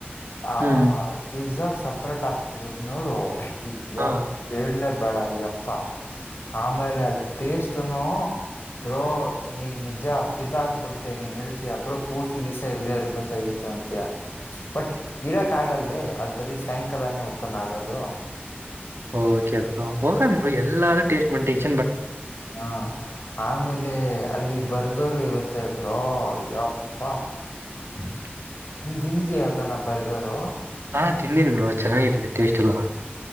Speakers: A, on the left; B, on the right.
A: ಆ
B: ಹ್ಮ್
A: ಪಿಜಾಗ ಸಪ್ರೇಟ್ ಹಾಕ್ತಿರೋದ್ ನೋಡು ಅಯ್ಯೊ
B: ಹಾ
A: ಕೆಲೆ ಬ್ಯಾಡ ಯಪ್ಪಾ ಆಮೇಲೆ ಅದರ್ದು ಟೇಸ್ಟ್ನು ಬ್ರೋ ನೀನ್ ನಿಜ ಫಿದಾ ಆಗ್ಬಿಡ್ತ ನೀನ್ ಹೇಳ್ತೀಯ ಬ್ರೋ ಪೂರ್ತಿ ದಿವಸ ಇಲ್ಲೇ ಇರ್ಬೇಕಾಗಿತ್ತು ಅಂತೀಯಾ ಬಟ್ ಇರಕ್ ಆಗಲ್ವೇ ಅದು ಬರೀ ಸಾಯಂಕಾಲನೇ ಓಪ ನ್ ಆಗೋದು
B: ಓಕೆ ಬ್ರೋ ಹೋಗನಾ ಬ್ರೋ ಎಲ್ಲಾದೂ ಟೇಸ್ಟ್ ಮಾಡ್ದಂಗ್
A: ಹಾ ಆಮೇಲೆ ಅಲ್ಲಿ ಬರ್ಗರು ಇರುತ್ತೆಬ್ರೋ ಯಪ್ಪಾ
B: <unintelligible>
A: ನೀನು ತಿಂದಿದೀಯಾ ತಾನೆ ಬರ್ಗರು
B: ಹಾ ತಿಂದಿದೀನಿ ಬ್ರೋ ಚೆನ್ನಾಗಿ ಇತ್ತು ಟೇಸ್ಟ್ ಎಲ್ಲಾ